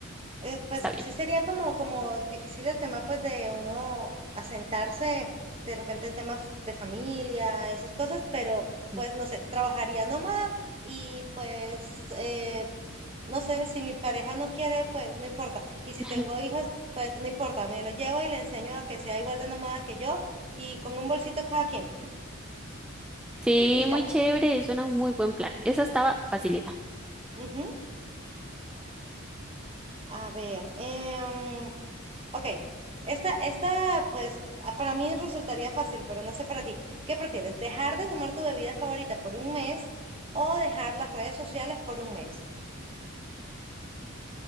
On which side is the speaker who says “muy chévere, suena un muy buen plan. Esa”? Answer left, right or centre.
Centre